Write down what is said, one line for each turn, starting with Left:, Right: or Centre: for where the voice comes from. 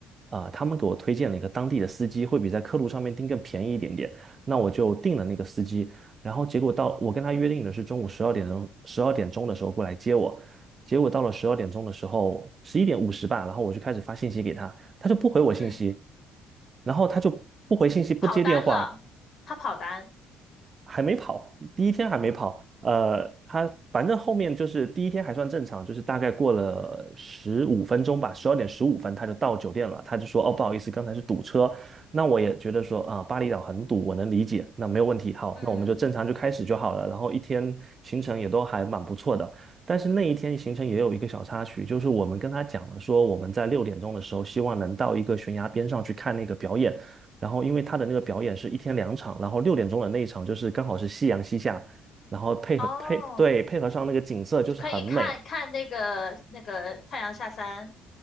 Right: 啊、他们给我推荐了一个当地的司机，会比在客路上面订更便宜一点点。那我就订了那个司机，然后结果到我跟他约定的是中午十二点钟十二点钟的时候过来接我，结果到了十二点钟的时候，十一点五十吧，然后我就开始发信息给他，他就不回我信息，
Left: 嗯，
Right: 然后他就不回信息，不接电话，
Left: 跑单了，他跑单，
Right: 还没跑，第一天还没跑。呃，他反正后面就是第一天还算正常，就是大概过了十五分钟吧，十二点十五分他就到酒店了。他就说：“哦，不好意思，刚才是堵车。”那我也觉得说啊、巴厘岛很堵，我能理解，那没有问题。好，
Left: 嗯
Right: 那我们就正常就开始就好了。然后一天行程也都还蛮不错的，但是那一天行程也有一个小插曲，就是我们跟他讲了说我们在六点钟的时候希望能到一个悬崖边上去看那个表演。然后因为他的那个表演是一天两场，然后六点钟的那一场就是刚好是夕阳西下，然后配合配对配合上那个景色就是很美，
Left: 哦，可以看看那个那个太阳下山，